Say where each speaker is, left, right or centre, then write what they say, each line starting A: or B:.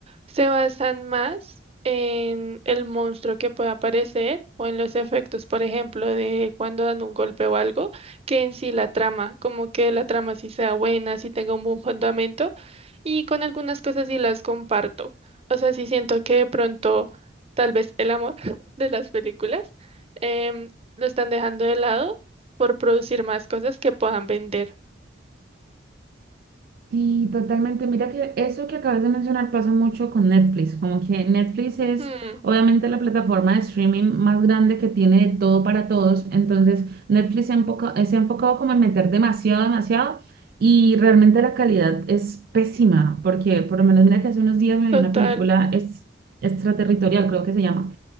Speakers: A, on the right; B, on the right.
A: se basan más en el monstruo que pueda aparecer o en los efectos, por ejemplo, de cuando dan un golpe o algo, que en sí la trama, como que la trama sí sea buena, sí tenga un buen fundamento. Y con algunas cosas sí las comparto. O sea, sí siento que de pronto tal vez el amor <laughs> de las películas em, lo están dejando de lado por producir más cosas que puedan vender.
B: Sí, totalmente. Mira que eso que acabas de mencionar pasa mucho con Netflix. Como que Netflix es
A: Hmm,
B: obviamente la plataforma de streaming más grande que tiene de todo para todos. Entonces, Netflix se ha enfoca- eh, se ha enfocado como en meter demasiado, demasiado. Y realmente la calidad es pésima. Porque por lo menos mira que hace unos días me
A: total.
B: vi una película es, extraterritorial, creo que se llama